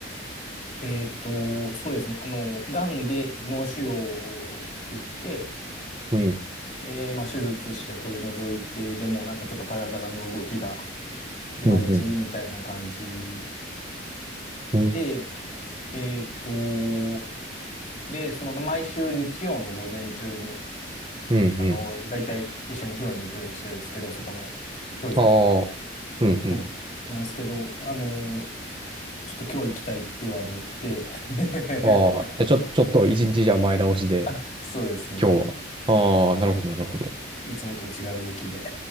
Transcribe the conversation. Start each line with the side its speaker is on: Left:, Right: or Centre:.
Left: えっと、そうですね、あの、癌で脳腫瘍できて、
Right: うん、うん、
Left: で、まあ、手術して取り除いて、でもなんかちょっと体の動きがいまいちみたいな感じ
Right: うん、うん、うん、
Left: で、えっと、で、その毎週日曜の午前中に、
Right: うん、
Left: あの、
Right: うん。
Left: だいたい一緒に風呂に行くようにしてるんですけど、そこの、今日行ったとこ。
Right: ああ、うん、うん。
Left: うん。なんですけど、あの、ちょっと今日行きたいって言われて <laughs>
Right: ああ、じゃあちょ、ちょっと一日じゃ前倒しで、
Left: あ、そうですね。
Right: 今日は。
Left: ね
Right: ああ、なるほど、なるほど。
Left: いつもと違う動きで